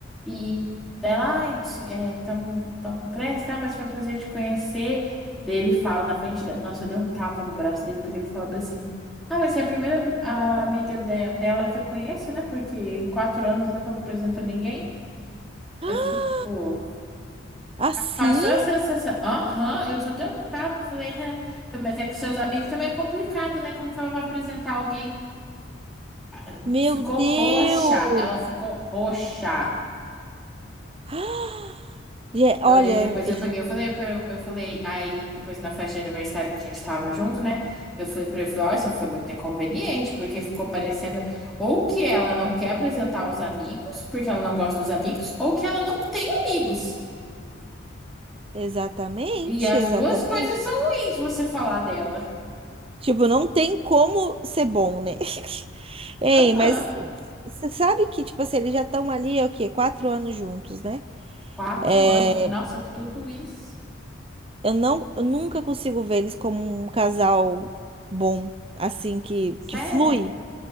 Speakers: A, in the centre; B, on the right.
A: E dela, ai, estão com pressa, tá? Mas foi um prazer te conhecer. Daí ele fala na frente dela. Nossa, eu dei um tapa no braço dele, porque ele fala bem assim. Ah, mas você é a primeira ah, amiga de- dela que eu conheço, né? Porque em quatro anos nunca me apresentou ninguém.
B: <gasps>
A: Eu fiquei tipo,
B: Assim?
A: passou a sensação. Aham, eu só dei um tapa. Falei, "Hã." Falei, mas é que seus amigos também é complicado, né? Como que ela vai apresentar alguém? Ah,
B: Meu
A: Ficou
B: Deus!
A: roxa, ela ficou roxa.
B: <gasps> Ge-
A: Eu
B: Olha,
A: olhei depois, eu
B: ge-
A: peguei, eu falei pra, eu falei, aí depois na festa de aniversário que a gente tava junto, né? Eu falei pra ele, falei, ó, isso foi muito inconveniente, porque ficou parecendo ou que ela não quer apresentar os amigos, porque ela não gosta dos amigos, ou que ela não tem amigos.
B: exatamente,
A: E as
B: exatamente.
A: duas coisas são ruins, se você falar dela.
B: Tipo, não tem como ser bom, né? <laughs> Ei,
A: Aham.
B: mas você sabe que, tipo assim, eles já estão ali, é o quê? Quatro anos juntos, né?
A: Quatro
B: É,
A: anos, eu falei, nossa, tudo isso?
B: eu não, eu nunca consigo ver eles como um casal bom, assim, que,
A: Sério?
B: que flui.